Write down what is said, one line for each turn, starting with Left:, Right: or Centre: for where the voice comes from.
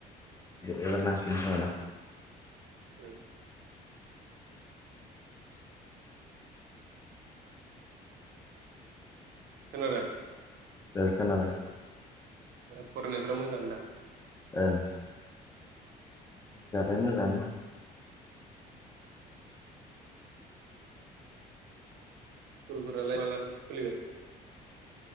Left: इ एबारना फसमोनना
Right: उ नना दा
Left: बेखोनालाय
Right: फरायनायफ्रा मोजां दा
Left: ओं मोजालाय मोजाङानो
Right: स्कुलफोरालाय माबलाो खुलिगोन